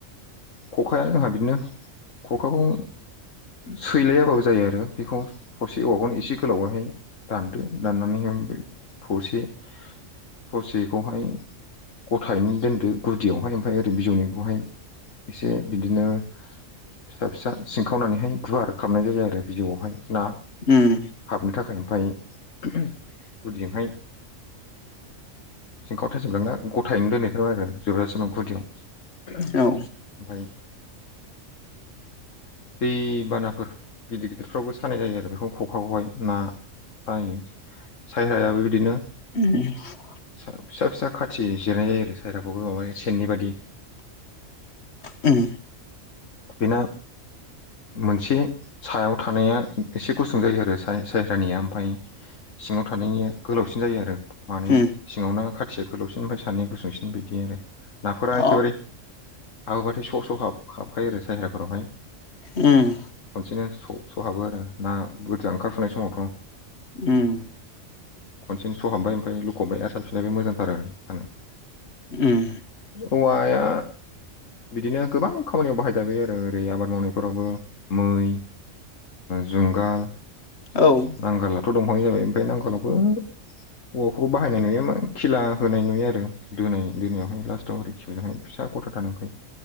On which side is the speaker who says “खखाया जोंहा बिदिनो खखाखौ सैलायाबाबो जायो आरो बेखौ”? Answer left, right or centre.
Left